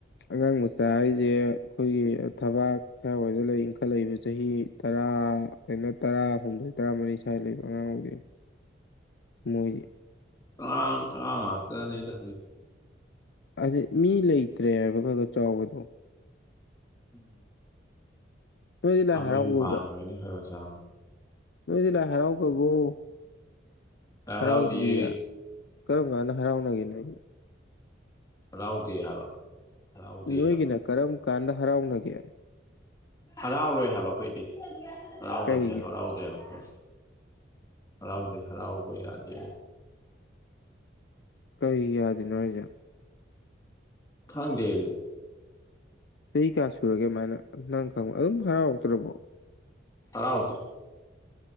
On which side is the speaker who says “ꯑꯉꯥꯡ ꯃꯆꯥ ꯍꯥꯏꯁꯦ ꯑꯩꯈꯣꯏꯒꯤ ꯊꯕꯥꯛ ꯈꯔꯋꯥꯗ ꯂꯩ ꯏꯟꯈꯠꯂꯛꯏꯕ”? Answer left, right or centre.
Left